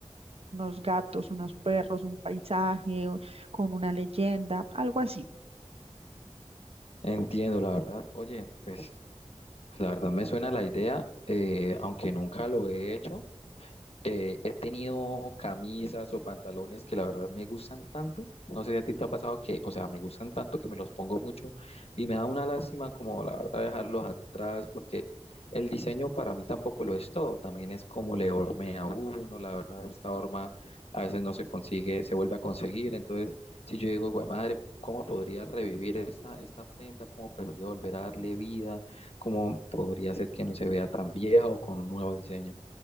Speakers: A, on the right (about 60°); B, on the left (about 60°).
A: unos gatos, unos perros, un paisaje, o- con una leyenda, algo así.
B: Entiendo, la verdad. Oye, pues pues, la verdad me suena la idea, eh, aunque nunca lo he hecho. Eh, he tenido camisas o pantalones que la verdad me gustan tanto. No sé si a ti te ha pasado que, o sea, me gustan tanto que me los pongo mucho y me da una lástima como la verdad dejarlos atrás porque el diseño para mí tampoco lo es todo. También es como le hormea a uno, la verdad, esta horma a veces no se consigue, se vuelve a conseguir. Entonces, si yo digo, güey, madre, ¿cómo podría revivir esta, esta prenda? ¿Cómo podría volver a darle vida? ¿Cómo podría hacer que no se vea tan vieja o con un nuevo diseño?